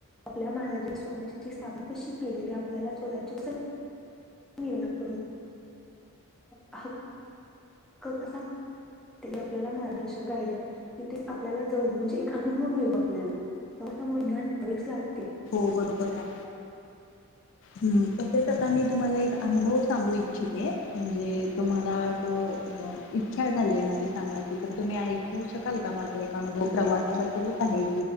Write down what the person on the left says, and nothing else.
हो बरोबर आहे. हम्म तसेच आता मी तुम्हाला एक अनुभव सांगू इच्छिते. म्हणजे तुम्हाला असं इच्छा झालीय माझी सांगायची, तर तुम्ही ऐकू शकाल का? माझा एक अनुभव प्रवासाबद्दलच आहे